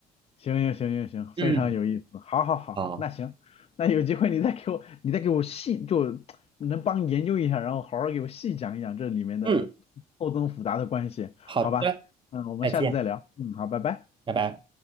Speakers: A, on the left (about 40°); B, on the right (about 30°).
A: 行行行行行，非常有意思。
B: 嗯，
A: 好，好，好，
B: 好，
A: 那行，<laughs> 那有机会你再给我，你再给我细，就能帮研究一下，然后好好给我细讲一讲这里面的错综复杂的关系，
B: 嗯，好的，
A: 好吧？嗯，我们下次再聊。
B: 再见，
A: 嗯，好，拜拜。
B: 拜拜。